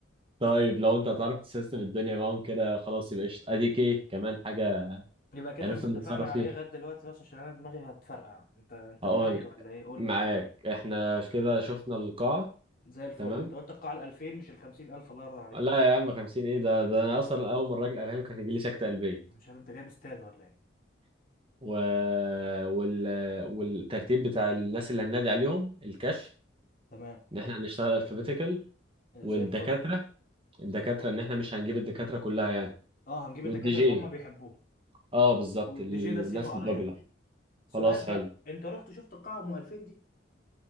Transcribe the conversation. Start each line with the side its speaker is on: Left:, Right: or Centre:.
Right: طيب لو انت هتعرف تسيستم الدنيا معاهم كده خلاص يبقى قشطة اديك ايه كمان حاجة
Left: يبقى كده
Right: عرفت
Left: احنا اتفقنا
Right: نتصرف
Left: على
Right: فيها
Left: ايه غدا دلوقتي بس عشان انا دماغي هتفرقع انت انت
Right: هقول
Left: معايا ولا ايه قول
Right: معاك
Left: لي
Right: احنا كده شفنا القاعة
Left: زي الفل
Right: تمام
Left: انت قلت القاعه ال 2000 مش ال 50000 الله يرضى عليك
Right: لا يا عم 50 ايه ده ده انا اصلا اول ما الراجل قالها لي كان يجي لي سكتة قلبية
Left: انا مش عارف انت جايب استاد ولا ايه
Right: و... وال... والترتيب بتاع الناس اللي هننادي عليهم الكشف
Left: تمام
Right: ان احنا هنشتغل الفابيتيكال والدكاترة
Left: زي الفل
Right: الدكاترة
Left: زي الفل
Right: ان احنا مش هنجيب الدكاترة كلها يعني
Left: اه هنجيب
Right: والدي
Left: الدكاتره
Right: جي
Left: اللي هم بيحبوهم
Right: اه بالظبط
Left: والدي
Right: الناس
Left: جي ده سيبه عليا
Right: الباجلة
Left: انا سؤال
Right: خلاص
Left: بقى
Right: حلو
Left: انت رحت شفت القاعه ام 2000 دي